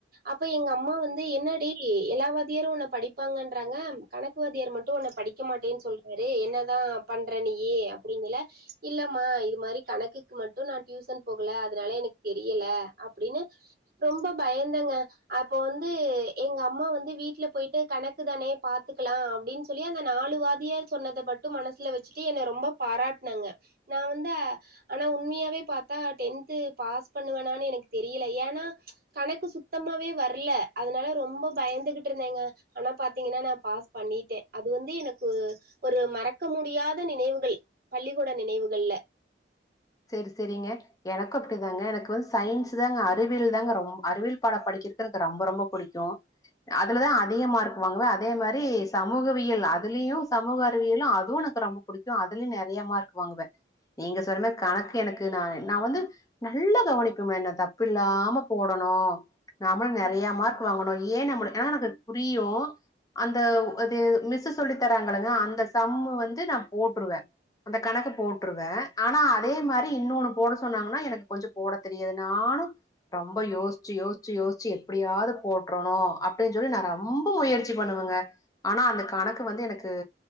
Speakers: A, on the right; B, on the left.
A: அப்ப எங்க அம்மா வந்து என்னாடி எல்லா வாதியாரு உன்ன படிப்பாங்கன்றாங்க கணக்கு வாத்தியார் மட்டு உன்னை படிக்க மாட்டேன்னு சொல்றாரு என்னதா பண்ற நீயி அப்டிங்கல இல்லம்மா இது மாரி கணக்குக்கு மட்டு நா டியூசன் போகல அதனால எனக்கு தெரியல அப்டின்னு ரொம்ப பயதாங்க அப்போ வந்து எங்க அம்மா வந் வீட்ல போயிட்டு கணக்கு தானே பாத்துக்கலா அப்டின்னு சொல்லி அந்த நாலு வாத்தியார் சொன்னத மட்டு மனசுல வச்சுட்டு என்ன ரொம்ப பாராட்டுனாங்க நா வந்து ஆனா உண்மையாவே பாத்தா டென்து பாஸ் பண்ணுவனான்னு எனக்கு தெரியல ஏன்னா கணக்கு சுத்தமாவே வரல அதனால ரொம்ப பயந்துகி ட்டு இருந்தேங்க ஆனா பாத்தீங்கன்னா நா பாஸ் பண்ணிட்டே அது வந்து எனக்கு ஒரு மறக்க முடியாத நினைவுகள் பள்ளிக்கூட நினைவுகள்ல
B: செரி செரிங்க எனக்கு அப்டிதாங்க எனக்கு வந்து சயின்ஸ் தாங்க அறிவியல் தாங்க ரொம் அறிவியல் பாட படிக்கிரு க்கு ரொம்ப ரொம்ப புடிக்கு அதுலதா அதிக மார்க்கு வாங்குவா அதே மாரி சமூகவியல் அதுலயு சமூக அறிவியலும் அதுவு எனக்கு ரொம்ப புடிக்கு அதுலயு நெறைய மார்க் வாங்குவ நீங்க சொறன கணக்கு எனக்கு நா நா வந்து நல்லா கவனிப்பமா என்ன தப்பு இல்லாம போடணு நாமளு நெறைய மார்க் வாங்கணு ஏ நம்மளு ஏனா எனக்கு புரியு அந்த இது மிஸ் சொல்லி தராங்கங்கல்லங்க அந்த சம்மு வந்து நா போட்டுருவே அந்த கணக்கு போட்டுருவே ஆனா அதே மாரி இன்னொன்னு போட சொன்னாங்கன்னா எனக்கு கொஞ்சோ போட தெரியாது நானு ரொம்ப யோசிச்சு யோசிச்சு யோசிச்சு எப்டியாவது போட்டுறணு அப்டின்னு சொல்லி நா ரொம்ப முய ற்சி பண்ணுவங்க ஆனா அந்த கணக்கு வந்து எனக்கு